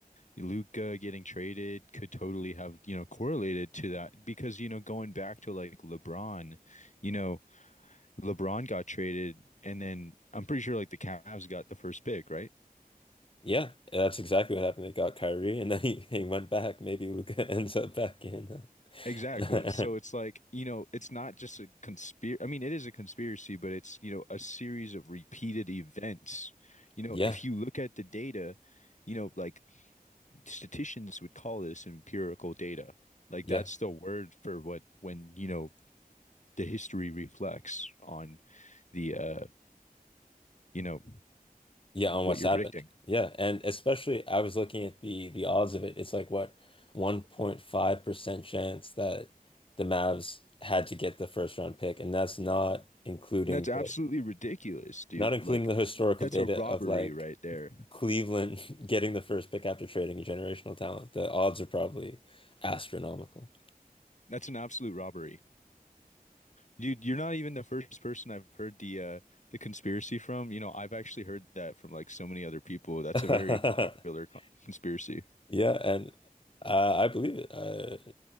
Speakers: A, on the left (about 50°); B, on the left (about 35°).
A: Luka getting traded could totally have, you know, correlated to that because, you know, going back to like LeBron, you know, LeBron got traded, and then I'm pretty sure like the Cavs got the first pick, right?
B: Yeah, that's exactly what happened. They got Kyrie and then <laughs> he, he went back. Maybe Luca <laughs> ends up back in.
A: Exactly.
B: uh,
A: So it's like, you know, it's not just a conspiracy. I mean, it is a conspiracy, but it's, you know, a series of repeated events.
B: <laughs>
A: You know,
B: Yeah,
A: if you look at the data, you know, like statisticians would call this empirical data. Like
B: yeah.
A: that's the word for what when, you know, the history reflects on the uh, you know,
B: Yeah, on
A: what
B: what's
A: you're
B: happened.
A: predicting.
B: Yeah, and especially I was looking at the the odds of it. It's like what 1.5% chance that the Mavs had to get the first round pick, and that's not including
A: That's absolutely
B: the
A: ridiculous, dude.
B: not including
A: Like,
B: the historical
A: that's
B: data
A: a robbery
B: of like
A: right there.
B: Cleveland <laughs> getting the first pick after trading a generational talent. The odds are probably astronomical.
A: That's an absolute robbery. You, you're not even the first person I've heard the uh, the conspiracy from. You know, I've actually heard that from like so many other people. That's
B: <laughs>
A: a very popular con conspiracy.
B: Yeah, and uh, I believe it. Uh,